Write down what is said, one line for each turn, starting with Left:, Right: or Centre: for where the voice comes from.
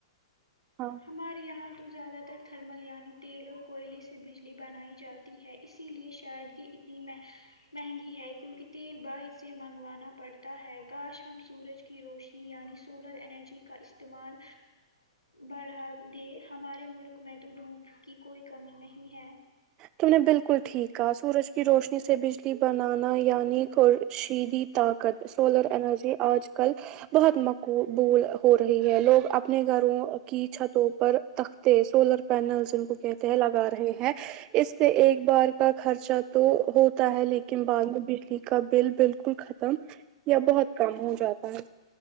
Right: ہاں
Left: ہمارے یہاں تو زیادہ تر تھرمل یعنی تیل اور کوئلے سے بجلی بنائی جاتی ہے اسی لیے شاید یہ اتنی مح مہنگی ہے کیونکہ تیل باہر سے منگوانا پڑتا ہے کاش ہم سورج کی روشنی یعنی سولر انرجی کا استعمال بڑھا دے ہمارے ملک میں تو دھوپ کی کوئی کمی نہیں ہے
Right: تم نے بالکل ٹھیک کہا سورج کی روشنی سے بجلی بنانا یعنی کو شیدی طاقت سولر انرجی آج کل بہت مقبول ہو رہی ہے لوگ اپنے گھروں کی چھتوں پر تخ سولر پینلز ان کو کہتے ہیں لگا رہے ہیں اس سے ایک بار کا خرچہ تو ہوتا ہے لیکن بعد میں بجلی کا بل بالکل ختم یا بہت کم ہو جاتا ہے